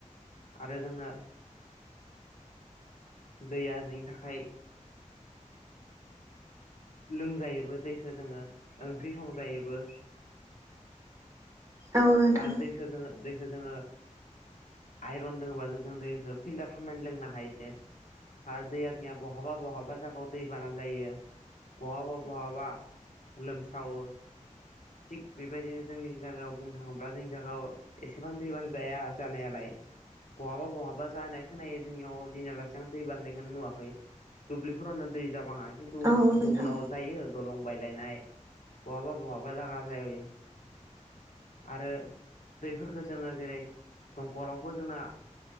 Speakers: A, on the left; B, on the right.
A: आरो जोंनो दैया जोंनि थाखाय लोंजायोबो दैखो जोङो ओंख्रि संजायोबो
B: औ नोंथां
A: आरो दैखो जोङो दैखो जोङो आइरन दोङोबा जों जों दैखो फिल्टार खालामनानै लोंनो हायो। आरो दैया जोंनिया बहाबा बहाबा जागाव दैबाना जायो। बहाबा बहाबा लोमसावो। थिग बेबायदिनो जोंनि जागायाव बुं थाङोब्ला जोंनि जागाव एसेबां दैबान जाया जानायालाय बहाबा बहाबा जानाय खोनायो जोंनियाव दिनैयालासि आं दैबान होननाय खोनो नुवाखै। दुब्लिफोरावनो दै जाबाङाय खिन्थु
B: औ नोंथां
A: गुबुनाव जायो दलं बायलायनाय बहाबा बहाबा जागा जायो। आरो दैफोरखो जोङो जेरै दंकलावबो जोंना